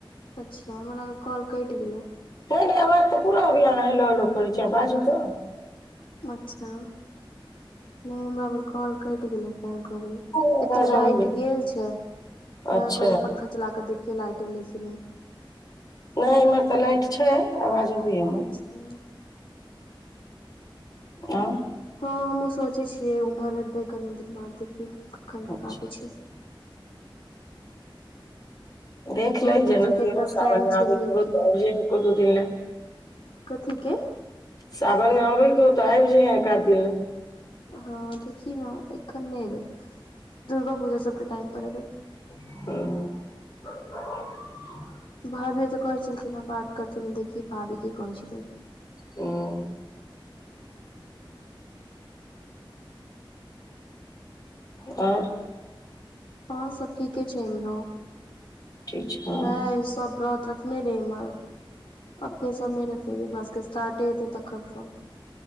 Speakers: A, on the left; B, on the left.
A: अच्छा हमरा लागल कॉल कैट गेलय।
B: नै नै आबज तऽ पूरा अबया आहाँ हेलो हेलो करे छिये बाजू त।
A: अच्छा नहि हमरा भेल कॉल कटि गेलै तेँ कहलियै।
B: आवाज
A: एतौ लाइट
B: अबैये
A: गेल छै त
B: अच्छा
A: वह कहलियै पंखा चला क देखिये लाइट एले कि नै।
B: नहि इम्हर तऽ लाइट छै आवाज अबैया हमरा।
A: छः
B: आ।
A: हँ हमहु सोचे छीयै उम्हर एबै कनि दिन बाद देखि कखन तक
B: अच्छा
A: आबे छिय।
B: देख
A: मधुजी
B: लही जेना
A: के
B: जे
A: एकटा
B: हउ
A: फ्रेंड
B: साबन मे
A: छै
B: आब
A: निक्की
B: के हो त आइब जहें एक दू दिन ल।
A: कथि के?
B: सावन मे अबैके हौ तऽ आबि जयहे एकाध दिन ल।
A: हँ देखि न एखन नय एबै दुर्गा पूजा सब के टाइम पर एबै।
B: हुं
A: भाभी तऽ कहै छलखिन हँ बात करथिन देखी भाभी की कहै छथिन।
B: हुं ओर।
A: हँं सब ठीके छै इम्हरो
B: ठीक छै हँ
A: नै आइ सब ब्रत रखने रहिए इम्हर अपने सब नहि रखने रहिए <inaudible> स्टारटे हेते तखन स।